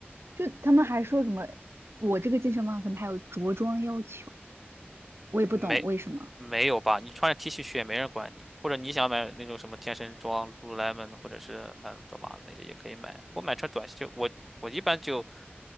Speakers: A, on the right (about 80°); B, in the centre.
A: 就他们还说什么，我这个健身房可能还有着装要求，我也不懂为什么。
B: 嗯没，没有吧？你穿着 T 恤去也没人管你，或者你想买那种什么健身装 l u l l e m o n 或者是嗯，多玛那些也可以买。我买穿短袖，我我一般就